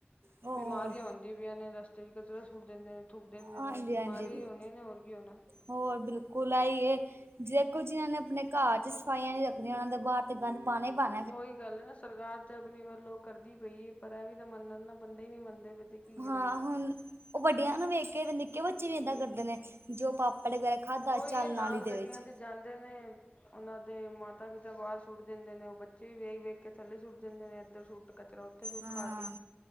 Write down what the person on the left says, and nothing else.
ਬਿਮਾਰੀਆਂ ਹੁੰਦੀਆਂ ਪਈਆਂ ਨੇ, ਰਸਤੇ 'ਚ ਕਚਰਾ ਸੁੱਟ ਦਿੰਦੇ ਨੇ। ਥੁੱਕ ਦਿੰਦੇ
ਨੇ, ਬਿਮਾਰੀਆਂ
ਹੀ ਹੋਣੀਆਂ ਨੇ ਹੋਰ ਕੀ ਹੋਣਾ‌।
ਤੋਂ ਉਹੀ ਗੱਲ ਹੈ ਨਾ, ਸਰਕਾਰ ਤੇ ਆਪਣੀ ਵੱਲੋਂ ਕਰਦੀ ਪਈ ਏ, ਪਰ ਇਹ ਵੀ ਤਾਂ ਮੰਨਣ ਨਾ, ਬੰਦੇ ਹੀ ਨਹੀਂ ਮੰਨਦੇ ਪਏ ਤੇ ਕੀ ਕਰੇ
ਉਹ ਵੀ
ਉਹੀ
ਇਹ ਨਾਲ
ਗੱਡੀਆਂ
ਤੇ ਜਾਂਦੇ ਨੇ‌, ਉਹਨਾਂ ਦੇ ਮਾਤਾ- ਪਿਤਾ ਬਾਹਰ ਸੁੱਟ ਦਿੰਦੇ ਨੇ, ਉਹ ਬੱਚੇ ਵੀ ਵੇਖ- ਵੇਖ ਕੇ ਥੱਲੇ ਸੁੱਟ ਦਿੰਦੇ ਨੇ, ਇੱਧਰ ਸੁੱਟ ਕਚਰਾ ਉੱਧਰ ਸੁੱਟ
ਤਾਂ ਖਾ ਕੇ,